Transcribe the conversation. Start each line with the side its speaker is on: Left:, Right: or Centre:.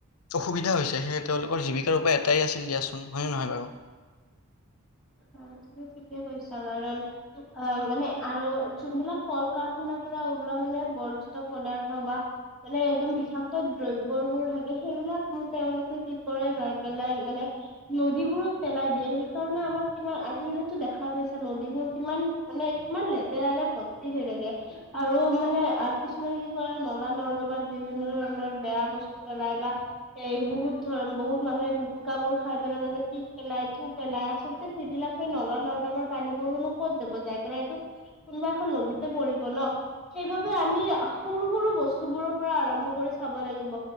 Left: অসুবিধা হৈছে। সেই তেওঁলোকৰ জীৱিকাৰ উপায় এটাই আছিল দিয়াচোন, হয়নে নহয় বাৰু? <inaudible>
Centre: হয় তুমি ঠিকে কৈছা। কাৰণ অ মানে আৰু যোনবিলাক কল কাৰখানাৰ পৰা ওলো মানে বৰ্জিত পদাৰ্থ বা মানে একদম বিষাক্ত দ্ৰব্যবোৰ থাকে সেইবিলাক তেওঁলোকে কি কৰে যাই পেলাই মানে নদীবোৰত পেলাই দিয়ে সেইকাৰণে আমাৰ কিমান আ জিকালিটো দেখা পাইছা নদীবোৰ কিমান মানে কিমান লেতেৰাৰে ভৰ্তি হৈ থাকে আৰু মানে আ কিছুমানে কি কৰে নলা নৰ্দমাত বিভিন্ন ধৰণৰ বেয়া বস্তু পেলাই বা সেই বহুত ধৰ বহুত মানুহে গুতকাবোৰ খাই পেলাই তাতে পিক পেলাই থু পেলাই আচলতে সেইবিলাক সেই নলা নৰ্দমাৰ পানীবোৰোনো ক'ত যাব যাই পেলাই এইটো কোনোবা এখন নদীতে পৰিব ন'। সেইবাবে আমি আহ সৰু সৰু বস্তুবোৰৰ পৰা আৰম্ভ কৰি চাব লাগিব।